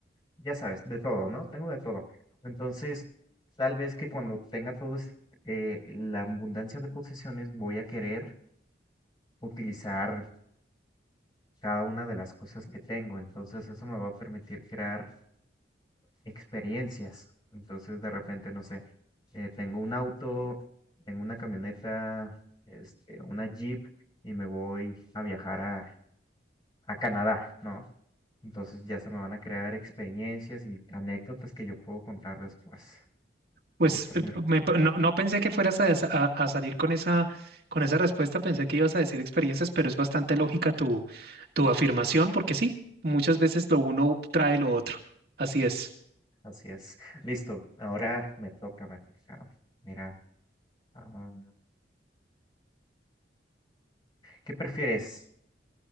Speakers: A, on the left; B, on the right.
A: ya sabes, de todo, ¿no? Tengo de todo. Entonces, tal vez que cuando tenga todo es- eh, la abundancia de posesiones, voy a querer utilizar cada una de las cosas que tengo. Entonces, eso me va a permitir crear experiencias. Entonces, de repente, no sé, eh, tengo un auto, tengo una camioneta, este, una Jeep y me voy a viajar a, a Canadá, ¿no? Entonces ya se me van a crear experiencias y anécdotas que yo puedo contar después.
B: Pues
A: Y esa es
B: eh,
A: mi respuesta.
B: me pa- no, no pensé que fueras a, des- a- a salir con esa, con esa respuesta, pensé que ibas a decir experiencias, pero es bastante lógica tu, tu afirmación, porque sí, muchas veces lo uno trae lo otro. Así es.
A: Así es. Listo. Ahora me toca, me toca. Mira, ah, ¿qué prefieres?